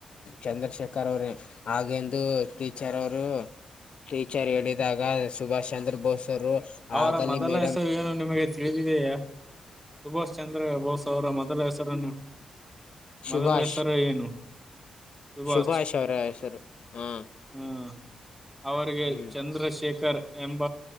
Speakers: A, on the left; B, in the centre.
A: ಚಂದ್ರಶೇಖರ್ ಅವ್ರೇ ಹಾಗೆಂದು ಟೀಚರ್ ಅವರು ಟೀಚರ್ ಹೇಳಿದಾಗ ಸುಭಾಷ್ ಚಂದ್ರ ಬೋಸ್ರು
B: ಅವರ
A: ಆಗಲಿ
B: ಮೊದಲ
A: ಮೇ
B: ಹೆಸರು ಏನು ನಿಮಗೆ ತಿಳಿದಿದೆಯ ಸುಭಾಷ್ ಚಂದ್ರ ಬೋಸ್ ಅವರ ಮೊದಲ ಹೆಸರನ್ನು
A: ಸುಭಾಷ್
B: ಮೊದಲ ಹೆಸರ ಏನು ಸುಭಾಚ್
A: ಸುಭಾಷ್ ಅವರ ಹೆಸರು ಹಾ
B: ಹ್ಮ್ ಅವರಿಗೆ
A: ಹ್ಮ್
B: ಚಂದ.. ಚಂದ್ರಶೇಖರ್ ಎಂಬ